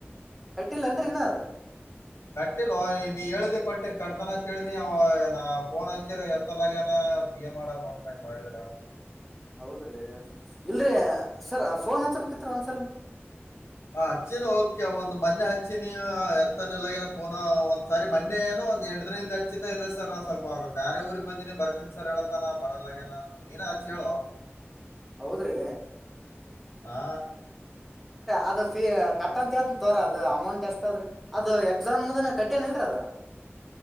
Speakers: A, in the centre; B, on the left.
A: ಕಟ್ಟಿಲ್ಲನ್ರಿ ಇನ್ನ ಅದು
B: ಕಟ್ಟಿಲ್ವ ನೀ ಹೇಳ್ದಿ ಕೊಟ್ಟಿ ಕಟ್ತಾನಂತ ಹೇಳೇಳ್ದಿ ನ ಫೋನ್ ಹಚ್ಚಿರ ಎತ್ತಲಗನ ತಿಯಮಾನೋಡಪ ಮಾಡಿದ್ರ
A: ಹೌದ್ರಿ ಇಲ್ರೀ ಸರ್ ಫೋನ್ ಹಚ್ಬೇಕಿತ್ತ್ರ ಒಂದ್ಸಲ
B: ಆ ಹಚ್ಚಿನ ಓಕೆ ಒಂದು ಮೊನ್ನೆ ಹಚ್ಚಿನಿ ಎಲ್ಲ ಏ ಫೋ ಒಂದ್ ಸಾರಿ ಮನ್ನಿೇಏೋ ಒಂದ ಎಟ ದದಿಂದ ಹಚ್ಚಿದ ಇಲ್ಲ ಸ ನು ಸ್ವಲ್ಪ ಆು ಬೇಾರೆ ಊರಿಗೆಗ್ ಬಂದಿನ ಬರ್ತೀನ್ಸರ್ ಹೇಳತಾನ ಬರಲ್ಲಗ್ಯನಾ ಸ್ ನೀಏನ ಹಚ್ಚಿ ಹೇಳು
A: ಹೌದ್ರಿ
B: ಹಾ
A: ಅದ ಫೀ ಕಟ್ಟಂತೇತ್ ತೋರ ಅದು ಅಮೌಂಟ್ ಎಷ್ಟದ್ರಿ ಅದು ಎಕ್ಸಾಮ್ನ ಕಟ್ಟ್ಯನ ಇಲ್ರ ಅದ <inaudible>